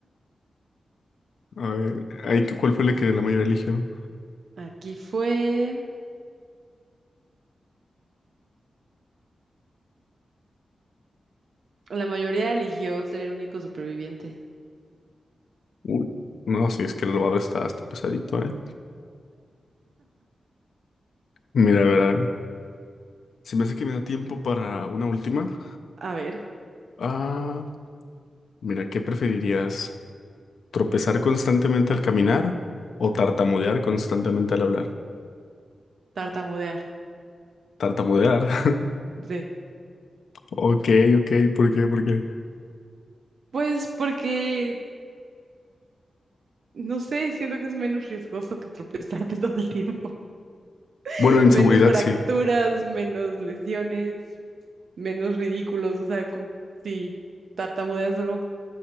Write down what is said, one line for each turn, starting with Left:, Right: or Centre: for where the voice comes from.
Left: A ver, ahí, ¿cu- ¿cuál fue la que la mayoría eligió?
Right: aquí fue. La mayoría eligió ser el único superviviente.
Left: Uy. No, sí, es que el robado está, está pesadito, ¿eh? Mira, a ver, a ver, se me hace que me da tiempo para una última.
Right: A ver,
Left: Ah, mira, ¿qué preferirías? ¿Tropezar constantemente al caminar o tartamudear constantemente al hablar?
Right: tartamudear.
Left: Tartamudear. <laughs>
Right: Sí.
Left: Ok, ok, ¿por qué? ¿Por qué?
Right: Pues porque, no sé, siento que es menos riesgoso que tropezarte <laughs> todo el tiempo. <laughs>
Left: Bueno, en
Right: Menos
Left: seguridad
Right: fracturas,
Left: sí.
Right: menos lesiones, menos ridículos. O sea, con- si tartamudeas solo